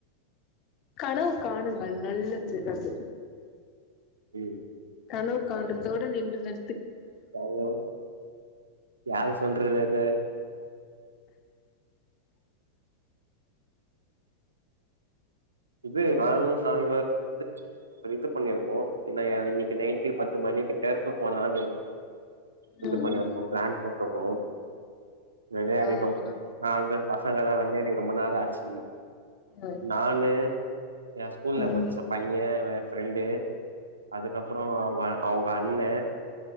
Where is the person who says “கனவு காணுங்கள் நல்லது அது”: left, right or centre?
Left